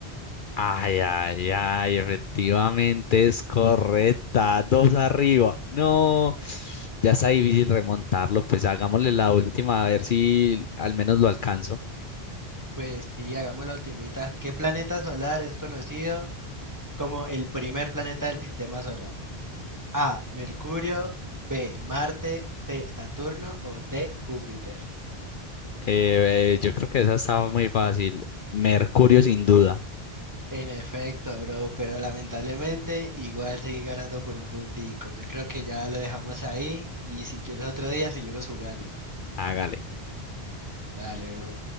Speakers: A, on the left; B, on the right.
A: Ay, ay, ay, efectivamente es correcta. Dos arriba. No, ya está difícil remontarlo. Pues hagámosle la última a ver si al menos lo alcanzo.
B: Pues sí, hagamos la ultimita. ¿Qué planeta solar es conocido como el primer planeta del sistema solar? A, Mercurio, B, Marte, C, Saturno o D, Júpiter.
A: Eh, yo creo que esa estaba muy fácil. Mercurio, sin duda.
B: En efecto, bro, pero lamentablemente igual seguí ganando por un puntico. Yo creo que ya lo dejamos ahí y si quieres otro día seguimos jugando.
A: Hágale.
B: Dale, bro.